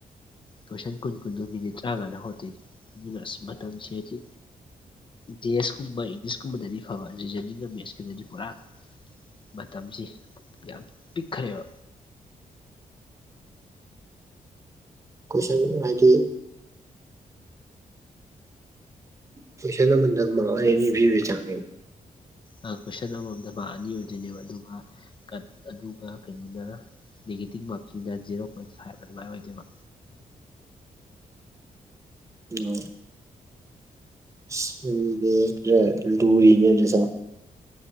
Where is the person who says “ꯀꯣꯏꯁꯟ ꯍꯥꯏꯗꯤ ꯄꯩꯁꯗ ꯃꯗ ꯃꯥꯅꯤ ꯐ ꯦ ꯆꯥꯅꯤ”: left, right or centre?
Right